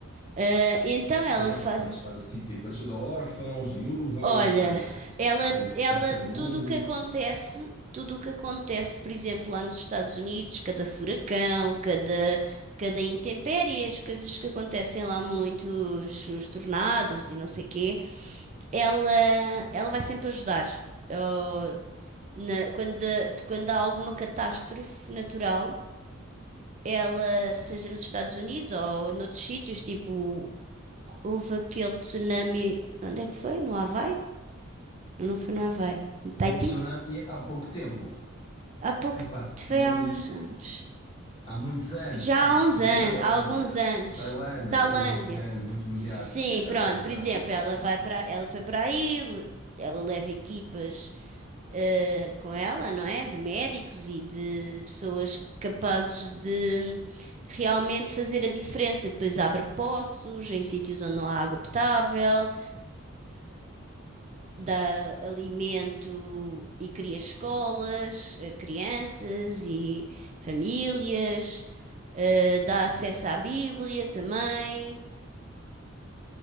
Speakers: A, on the right; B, on the left.
A: Ah, então
B: O
A: ela
B: que é que ele
A: faz.
B: faz? Faz assim, tipo, ajuda órfãos, viúvas,
A: Olha,
B: eh,
A: ela,
B: em
A: ela,
B: terceiro
A: tudo
B: mundo.
A: o que acontece, tudo o que acontece, por exemplo, lá nos Estados Unidos, cada furacão, cada, cada intempérie, as coisas que acontecem lá muito, os, os tornados e não sei quê, ela, ela vai sempre ajudar. Ou na- quando, quando há alguma catástrofe natural, ela, seja nos Estados Unidos ou noutros sítios, tipo, houve aquele tsunami. Onde é que foi? No Havaí? Não, não foi no Havaí. No Tahiti?
B: O tsunami há pouco tempo.
A: Há pouco,
B: Epá,
A: foi
B: tsunami
A: há uns anos.
B: há muitos anos.
A: Já
B: Ah,
A: há
B: isso
A: uns
B: foi
A: anos,
B: na Tailândia.
A: há alguns anos.
B: Tailândia,
A: Tailândia.
B: aquele muito grande, muito mediático.
A: Sim,
B: Yeah,
A: pronto.
B: foi na
A: Por
B: Tailândia,
A: exemplo, ela
B: sim.
A: vai para, ela foi para aí, ela leva equipas eh, com ela, não é? De médicos e de, de pessoas capazes de realmente fazer a diferença. Depois abre poços em sítios onde não há água potável, dá alimento e cria escolas, a crianças e famílias, eh, dá acesso à Bíblia também.